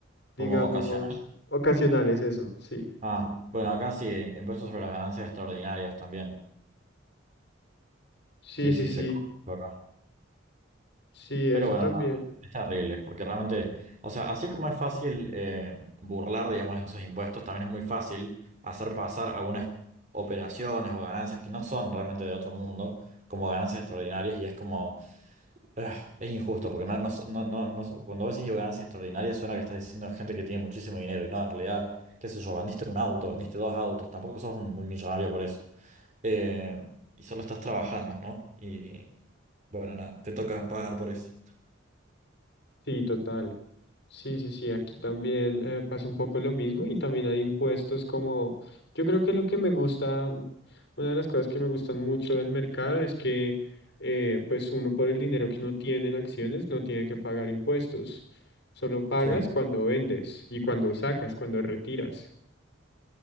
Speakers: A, on the left; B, on the right.
A: digamos,
B: Como ocasional.
A: ocasionales, eso, sí.
B: Ah, bueno, acá sí, eh, impuestos sobre las ganancias extraordinarias también.
A: Sí,
B: Sí,
A: sí,
B: sí,
A: sí,
B: se cobra eso acá.
A: sí, eso
B: Pero bueno,
A: también.
B: nada, es terrible, porque realmente, o sea, así como es fácil eh, burlar, digamos, esos impuestos, también es muy fácil hacer pasar algunas operaciones o ganancias que no son realmente de otro mundo como ganancias extraordinarias y es como Ah, Es injusto, porque no, no, no, no, no- cuando vos decís digo, ganancia extraordinaria suena que estás diciendo gente que tiene muchísimo dinero y no, en realidad, qué sé yo, vendiste un auto, vendiste dos autos, tampoco sos un, un millonario por eso. Eh, y solo estás trabajando, ¿no? Y bueno, nada, te toca pagar por eso.
A: Sí, total. Sí, sí, sí, aquí también eh, pasa un poco lo mismo y también hay impuestos como, yo creo que lo que me gusta, una de las cosas que me gustan mucho del mercado es que eh, pues uno por el dinero que uno tiene en acciones no tiene que pagar impuestos, solo pagas
B: Sí,
A: cuando vendes y cuando sacas, cuando retiras.